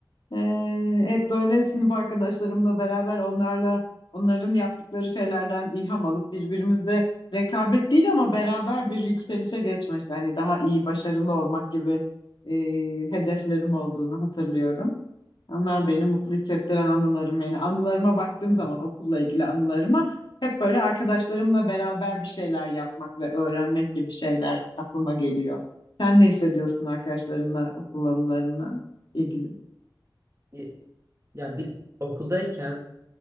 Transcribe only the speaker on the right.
Evet.
Y- Ya biz okuldayken